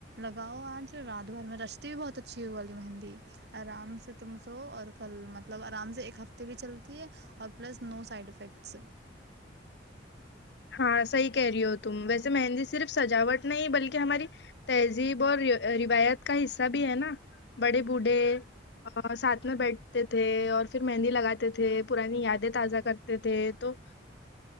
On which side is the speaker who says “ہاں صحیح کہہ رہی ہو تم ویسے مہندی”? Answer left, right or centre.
Left